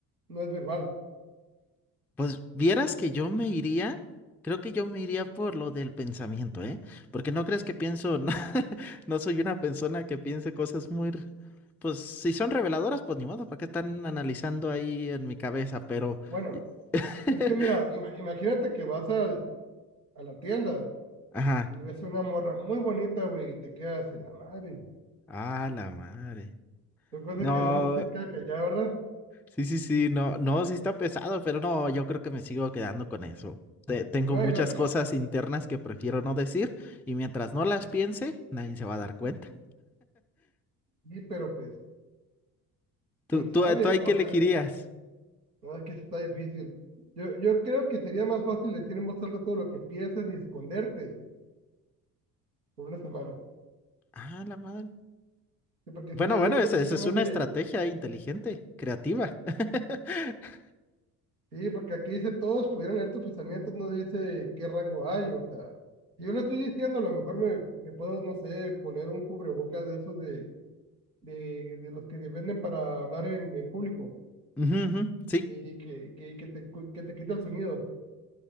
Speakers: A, on the right (about 85°); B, in the centre.
A: No es verbal.
B: Pues vieras que yo me iría, creo que yo me iría por lo del pensamiento, ¿eh? Porque no crees que pienso, <laughs> no, no soy una persona que piense cosas muy, r- pues si son reveladoras, pues ni modo, ¿para qué están analizando ahí en mi cabeza? Pero,
A: Bueno,
B: <laughs>
A: es que mira, ima- imagínate que vas al- a la tienda
B: ajá,
A: y ves una morra muy bonita, güey, y te quedas en la madre.
B: a la madre.
A: Son cosas
B: No,
A: que uno se queda callado, ¿verdad?
B: sí, sí, sí, no, no, sí está pesado, pero no, yo creo que me sigo quedando con eso. Te- tengo
A: No,
B: muchas
A: y lo-
B: cosas internas que prefiero no decir y mientras no las piense, nadie se va a dar cuenta.
A: y- pero pues,
B: ¿Tú,
A: quién
B: tú,
A: sabe,
B: tú ahí
A: o
B: qué elegirías?
A: sea, no es que sí está difícil. Yo, yo creo que sería más fácil decir en voz alta todo lo que piensas y esconderte por una semana.
B: Ah, la madre.
A: Sí, porque
B: Bueno,
A: sería,
B: bueno,
A: yo creo
B: esa,
A: que sería
B: esa es
A: más
B: una
A: de,
B: estrategia inteligente, creativa. <laughs>
A: sí, porque aquí dice todos pudieran leer tus pensamientos, no dice qué rango hay, o sea, si yo lo estoy diciendo, a lo mejor me, me puedo, no sé, poner un cubrebocas de esos de, de, de los que venden para hablar en, en público
B: Ujú, ujú, Sí,
A: y que, que, que te, cu- que te quita el sonido,